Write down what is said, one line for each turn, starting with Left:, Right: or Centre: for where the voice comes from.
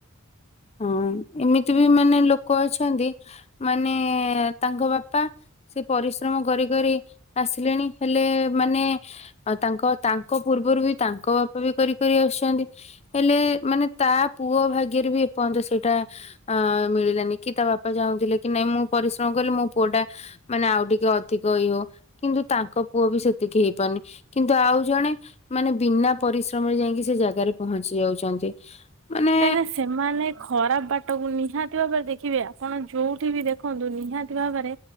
Left: ହଁ ଏମିତି ବି ମାନେ ଲୋକ ଅଛନ୍ତି ମାନେ ତାଙ୍କ ବାପା ସେ ପରିଶ୍ରମ କରି କରି ଆସିଲେଣି ହେଲେ ମାନେ ତାଙ୍କ ତାଙ୍କ ପୂର୍ବରୁ ବି ତାଙ୍କ ବାପା ବି କରି କରି ଆସୁଛନ୍ତି ହେଲେ ମାନେ ତା ପୁଅ ଭାଗ୍ୟରେ ବି ପହନ୍ତ ସେଇଟା ଅ ମିଳିଲାନି କି ତା ବାପା ଚାହୁଁଥିଲେ କି ନାଇଁ ମୁଁ ପରିଶ୍ରମ କ ମୋ ପୁଅ ଟା ମାନେ ଆଉ ଟିକେ ଅଧିକ ଇଏ ହୋଉ। କିନ୍ତୁ ତାଙ୍କ ପୁଅ ବି ସେତିକି ହେଇପାରୁନି କିନ୍ତୁ ଆଉ ଜଣେ ମାନେ ବିନା ପରିଶ୍ରମରେ ଯାଇକି ସେ ଜାଗାରେ ପହଞ୍ଚି ଯାଉଛନ୍ତି। ମାନେ
Right: କାହିଁକିନା ସେମାନେ ଖରାପ ବାଟକୁ ନିହାତି ଭାବ ଦେଖିବେ ଆପଣ ଯୋଉଠି ବି ଦେଖନ୍ତୁ ନିହାତି ଭାବରେ